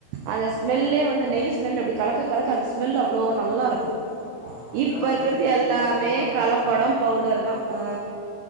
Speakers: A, on the right; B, on the left.
A: அந்த ஸ்மெல்லே வந்து நய் ஸ்மெல் அப்படி கலக்க கலக்க அந்த ஸ்மெல் அவ்வளோ நல்லா இருக்கும் ப்ப
B: ஆமாம் ஏன்னா
A: இப்ப
B: நான்
A: இருக்கிறது
B: சின்ன வயசில்
A: எல்லாமே
B: நான் பெரியம்மா வீட்டுக்கு
A: கலப்படம்
B: போகும்போது
A: பவுடர் தான்ஹ